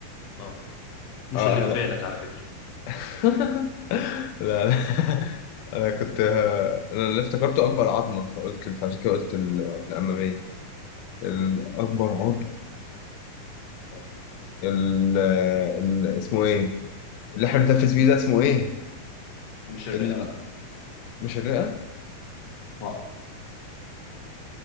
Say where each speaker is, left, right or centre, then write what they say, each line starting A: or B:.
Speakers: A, on the left (about 60°); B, on the left (about 80°).
A: اه مش
B: آه
A: اللي في
B: لا
A: بالك على فكرة
B: <laughs> لا لا <laughs> انا كنت انا اللي افتكرته اكبر عظمه فقلت فعشان كده قلت ال-
A: اه
B: الاماميه الاكبر عظم
A: إيه؟ آه.
B: ال... ال... اسمه ايه اللي احنا بنتنفس
A: مم.
B: بيه ده اسمه ايه
A: مش الرئة
B: ال...
A: لا
B: مش الرئه
A: لا